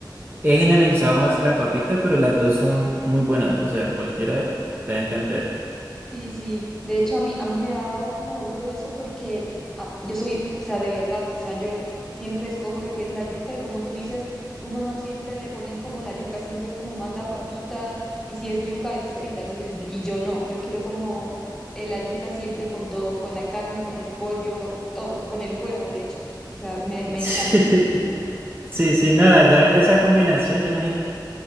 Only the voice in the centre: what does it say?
Sí, sí, de hecho a mí, a mí me ha dado como duro eso porque ah, yo soy, o sea, de verdad, o sea, yo siempre escojo lo que es la yuca y como tú dices, uno no siempre le ponen como la yuca, siempre es como más la papita y si es yuca es frita, entonces, y yo no, yo quiero como eh, la yuca siempre con todo, con la carne, con el pollo, todo, con el huevo, de hecho, o sea, me, me
encanta.